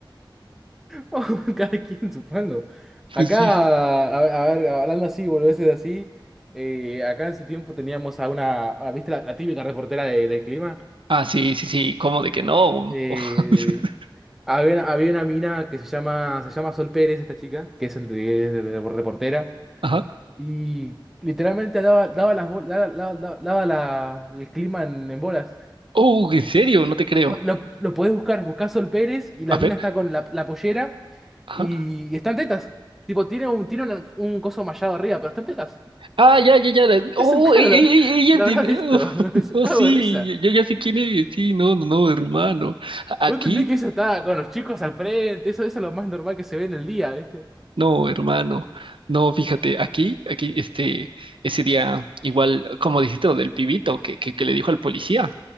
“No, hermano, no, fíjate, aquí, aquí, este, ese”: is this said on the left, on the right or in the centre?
Right